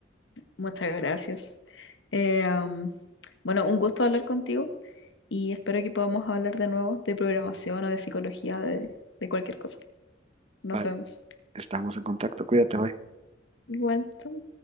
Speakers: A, on the left; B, on the right.
A: Muchas gracias. Eh, am, bueno, un gusto hablar contigo y espero que podamos hablar de nuevo de programación o de psicología, de, de cualquier cosa. Nos
B: Vale,
A: vemos.
B: estamos en contacto. Cuídate, bye.
A: Igual, chao.